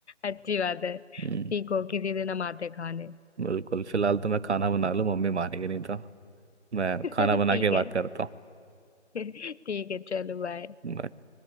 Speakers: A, on the left; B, on the right.
A: अच्छी बात है सीखो
B: हम्म,
A: किसी दिन हम आते खाने
B: बिल्कुल फिलहाल तो मैं खाना बना लूँ मम्मी मारेगी नहीं तो मैं
A: <laughs>
B: खाना
A: ठीक
B: बना के बात
A: है
B: करता
A: ठीक है चलो बाय
B: हूँ